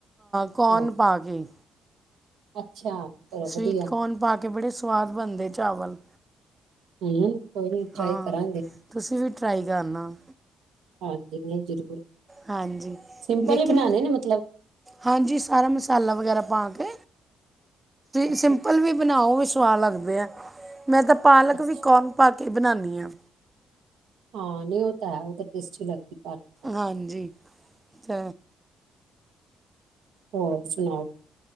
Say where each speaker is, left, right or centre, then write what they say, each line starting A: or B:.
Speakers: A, on the right; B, on the right.
A: ਕੋਨ
B: ਹਾਂ
A: ਪਾ ਕੇ।
B: ਅੱਛਾ। ਚਲੋ
A: ਸਵੀਟ
B: ਵਧੀਆ
A: ਕੋਰਨ ਪਾ ਕੇ ਬੜੇ ਸਵਾਦ ਬਣਦੇ ਚਾਵਲ।
B: ਹੂੰ, ਕੋਈ ਨੀ ਟਰਾਈ
A: ਹਾਂ
B: ਕਰਾਂਗੇ।
A: ਤੁਸੀਂ ਵੀ ਟਰਾਈ ਕਰਨਾ।
B: ਹਾਂਜੀ, ਨਹੀਂ ਜ਼ਰੂਰ,
A: ਹਾਂਜੀ
B: ਸਿੰਪਲ
A: ਦੇਖੇ
B: ਹੀ ਬਣਾਉਣੇ
A: ਨਾ
B: ਨੇ ਮਤਲਬ
A: ਹਾਂਜੀ, ਸਾਰਾ ਮਸਾਲਾ ਵਗੈਰਾ ਪਾ ਕੇ,
B: ਅੱਛਾ
A: ਸਿੰਪਲ ਵੀ ਬਣਾਓ ਸੁਆਹ ਲੱਗਦੇ ਆ, ਮੈਂ ਤਾਂ ਪਾਲਕ
B: ਅੱਛਾ
A: ਵੀ ਕੋਰਨ ਪਾ ਕੇ ਬਣਾਨਿਆਂ।
B: ਹਾਂ, ਨੀ ਉਹ ਤਾਂ ਹੈ ਉਹ ਤਾਂ ਟੇਸਟੀ ਲੱਗਦੀ ਪਾਲਕ ਤਾਂ।
A: ਹਾਂਜੀ, ਚ
B: ਹੋਰ ਸੁਣਾਓ।